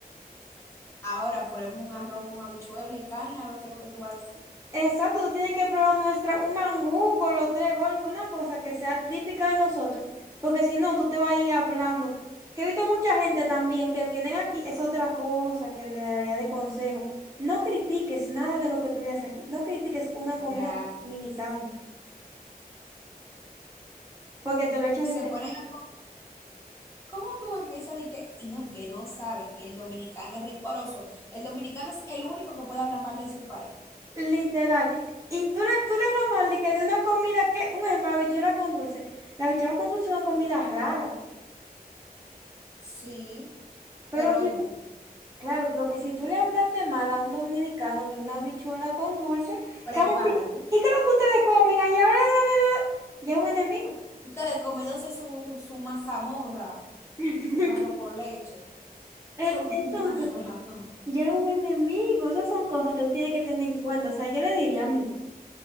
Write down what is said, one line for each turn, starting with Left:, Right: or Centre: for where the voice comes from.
Left: Ahora ponemos un arroz con habichuela y carne, a ver qué es lo que tú vas a decir.
Right: Exacto, tú tienes que probar nuestra, un mangú con los tres golpes, una cosa que sea típica de nosotros, porque si no, tú te vas a ir hablando. Que he visto mucha gente también que vienen aquí, es otra cosa que le daría de consejo. No critiques nada de lo que tú veas aquí, no critiques una
Left: Gracias.
Right: comida dominicana, porque te lo echas
Left: Se
Right: de enemigo,
Left: ponen a... co- ¿Cómo tú empiezas de que, y no, y que no saben que el dominicano es rencoroso? El dominicano es el único que puede hablar mal de su país.
Right: literal. Y tú le, tú le hablas mal de que de una comida que, un ejemplo, la habichuela con dulce. La habichuela con dulce es una comida rara,
Left: Sí,
Right: pero
Left: pero
Right: si
Left: es bueno.
Right: Claro, pero que si tú le hablaste mal a un dominicano de una habichuela con dulce,
Left: Prepárate.
Right: te van a decir, ¿y qué es lo que ustedes comen allá? <laughs> Ya es un enemigo.
Left: Ustedes comiéndose su, su mazamorra
Right: <laughs>
Left: con arroz con leche. <laughs>
Right: E-
Left: Creo que
Right: Entonces,
Left: tú me estás hablando.
Right: ya es un enemigo. Esas son cosas que tú tienes que tener en cuenta. O sea, yo le diría a mí,